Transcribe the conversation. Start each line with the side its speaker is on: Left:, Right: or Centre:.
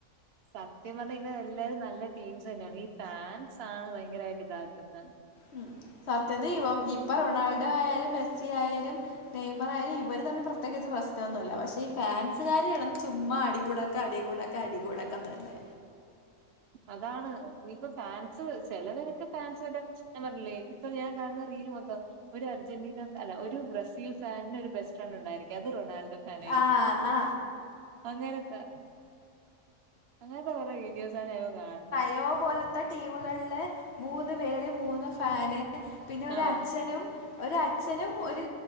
Right: സത്യം പറഞ്ഞാൽ ഇത് എല്ലാരും നല്ല ടീംസ് തന്നെയാണ് ഈ ഫാൻസ് ആണ് ഭയങ്കരമായിട്ട് ഇതാക്കുന്നത്
Left: ഉമ് സത്യത്തിൽ ഇപ്പൊ റൊണാൾഡോ ആയാലും മെസ്സി ആയാലും നെയ്മറായാലും ഇവര് തമ്മില് പ്രത്യേകിച്ച് പ്രശ്നൊന്നുല്ല പക്ഷെ ഈ ഫാൻസുകാര് കെടന്ന് ചുമ്മാ അടി കൂടാൻ അടികൂടാക്ക അടികൂടൊക്കെത്തന്നെ
Right: അതാണ് ഇപ്പൊ ഫാൻസ് ചെലവരൊക്കെ ഫാൻസ് വരെ ഞാൻ പറഞ്ഞില്ലേ ഇപ്പൊ ഞാൻ കാണുന്ന റീല് മൊത്തം ഒരു അർജന്റീന അല്ല ഒരു ബ്രസീൽ ഫാനിന് ഒരു ബെസ്റ്റ് ഫ്രണ്ടുണ്ടായിരിക്കും അത് റൊണാൾഡോ ഫാനായിരിക്കും
Left: ആ ആ
Right: അങ്ങേനൊക്കെ അങ്ങനത്തെ കുറെ വീഡിയോസ് ഞാനിപ്പോ കാണണ്ട്
Left: നോ പോലെ ത്ത ടീമുകളില് മൂന്ന് പേര് മൂന്ന് ഫാന് പിന്നൊര
Right: ആഹ്
Left: അച്ഛനും ഒരച്നും ഒരു